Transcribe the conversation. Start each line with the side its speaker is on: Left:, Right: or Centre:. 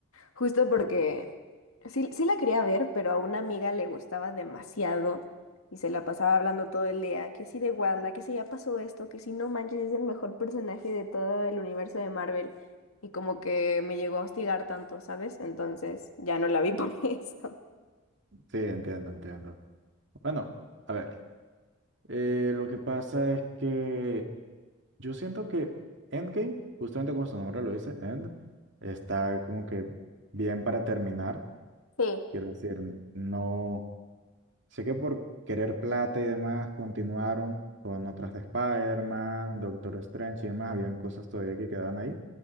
Left: Justo porque sí, sí la quería ver, pero a una amiga le gustaba demasiado y se la pasaba hablando todo el día, que sí de Wanda, que sí ya pasó esto, que sí no manches, es el mejor personaje de todo el universo de Marvel. Y como que me llegó a hostigar tanto, ¿sabes? Entonces ya no la vi por <laughs> eso.
Right: Sí, entiendo, entiendo. Bueno, a ver. eh, lo que pasa es que yo siento que Endgame, justamente como su nombre lo dice, End, está como que bien para terminar.
Left: Sí,
Right: Quiero decir, no. Sé que por querer plata y demás continuaron con otras de Spider-Man, Doctor Strange y demás, habían cosas todavía que quedaban ahí.